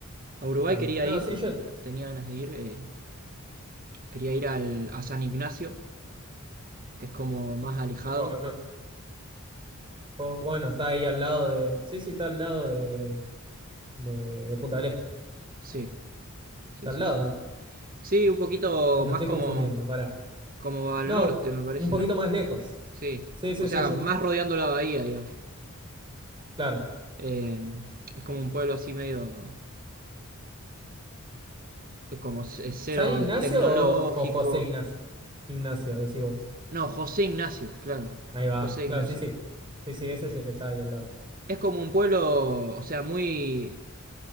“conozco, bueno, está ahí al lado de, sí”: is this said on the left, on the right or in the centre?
Right